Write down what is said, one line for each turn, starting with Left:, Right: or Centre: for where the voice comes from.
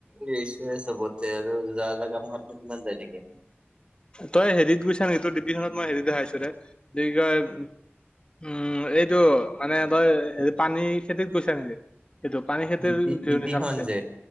Right: গেছোএ চবতে। আৰু যা জাগা মখাতনো কিমান যায় থাকিম।
Left: তই হেৰিত গৈছা নেকি ডিপিখনত মই হেৰি দেখা আইছো ৰে <unintelligible> উম, এইটো মানে তই হেৰি পানীখাইটীত গৈছা নেকি? কিটো পানীখাইটীৰ
Right: ডিপি
Left: ভিউৰ
Right: ডিপিখন
Left: নিচনা লাগছে।
Right: যে